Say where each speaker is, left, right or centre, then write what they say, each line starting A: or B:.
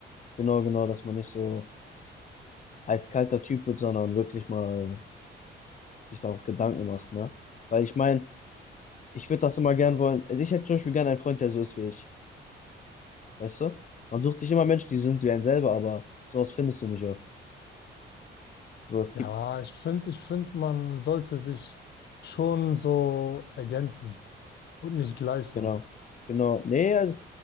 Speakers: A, on the left (about 40°); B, on the left (about 60°).
A: Genau, genau, dass man nicht so eiskalter Typ wird, sondern wirklich mal. sich da auch Gedanken macht, ne? Weil ich meine, ich würde das immer gern wollen. Also ich hätte zum Beispiel gern einen Freund, der so ist wie ich. Weißt du? Man sucht sich immer Menschen, die sind wie einen selber, aber sowas findest du nicht oft. So, es
B: Ja,
A: gibt,
B: ich finde, ich finde, man sollte sich schon so ergänzen und nicht gleich sein.
A: genau. Genau. Nee, also,